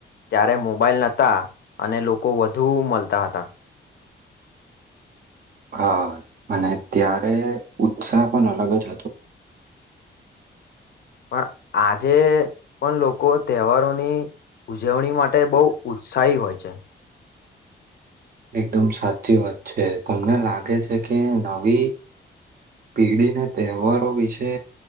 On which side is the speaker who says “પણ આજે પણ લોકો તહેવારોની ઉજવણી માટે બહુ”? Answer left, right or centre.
Left